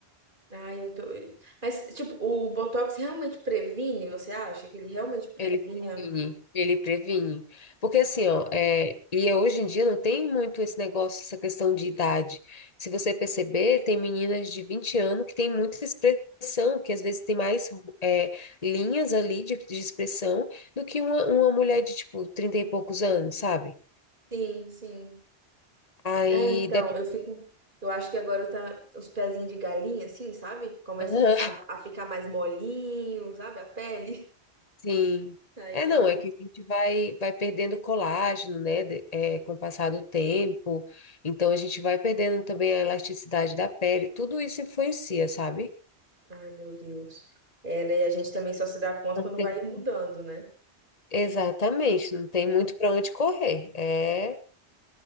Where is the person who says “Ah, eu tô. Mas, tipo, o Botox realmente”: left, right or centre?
Right